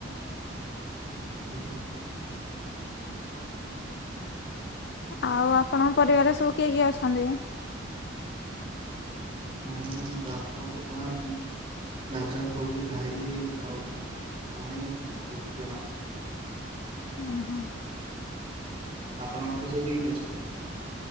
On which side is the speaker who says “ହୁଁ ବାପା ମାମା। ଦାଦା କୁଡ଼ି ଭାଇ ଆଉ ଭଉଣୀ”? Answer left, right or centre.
Right